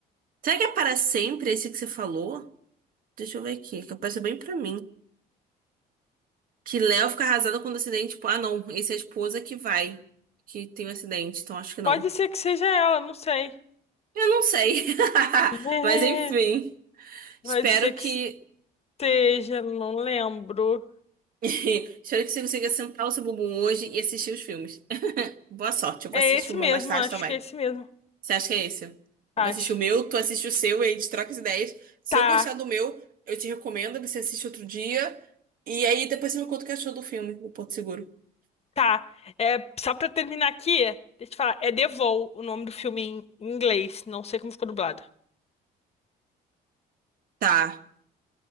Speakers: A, on the right; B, on the left.
A: Será que é para sempre esse que você falou? Deixa eu ver aqui, que apareceu bem pra mim. Que Léo fica arrasado quando o acidente. Tipo, ah, não. Esse é a esposa que vai. Que tem um acidente. Então acho que não.
B: Pode ser que seja ela, não sei.
A: Eu não sei. <laughs>
B: <laughs> É,
A: Mas enfim. Espero
B: Pode ser que
A: que.
B: seja, não lembro.
A: <laughs> Espero que você consiga sentar o seu bumbum hoje e assistir os filmes. <laughs> Boa sorte. Eu vou
B: É
A: assistir
B: esse
A: o meu
B: mesmo,
A: mais tarde
B: acho
A: também.
B: que é esse mesmo.
A: Você acha que é esse? Eu
B: Acho.
A: vou assistir o meu, tu assiste o seu e a gente troca as ideias. Se
B: Tá,
A: eu gostar do meu, eu te recomendo, você assiste outro dia. E aí depois você me conta o que achou do filme, do Porto Seguro.
B: tá. É, só pra terminar aqui, deixa eu te falar. É The Vow, o nome do filme em em inglês. Não sei como ficou dublado.
A: Tá.